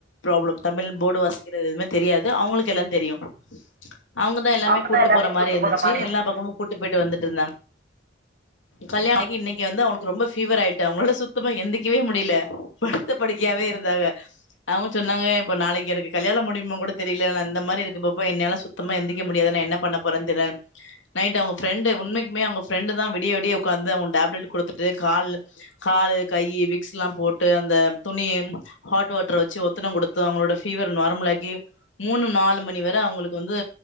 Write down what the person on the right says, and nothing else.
அவங்க
தான் எல்லாத்தையும்
மாதிரி இருக்கு